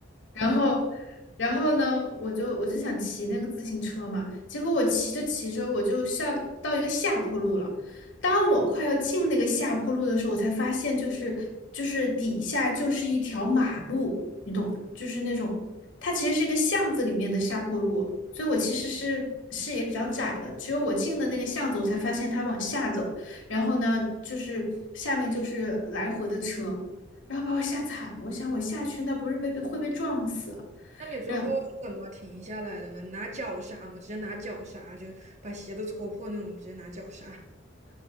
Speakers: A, on the left; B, on the right.
A: 然后，然后呢，我就我就想骑那个自行车嘛，结果我骑着骑着，我就下到一个下坡路了。当我快要进那个下坡路的时候，我才发现，就是就是底下就是一条马路，你懂，就是那种它其实是一个巷子里面的下坡路，所以我其实是视野比较窄的，只有我进的那个巷子，我才发现它往下走，然后呢，就是下面就是来回的车。然后把我吓惨了。我想我下去那不是被被会被撞死，
B: <laughs> 那你最后是怎么停下来的呢？
A: 然
B: 你拿脚刹吗？直接拿脚刹，就把鞋都戳破那种，直接拿脚刹。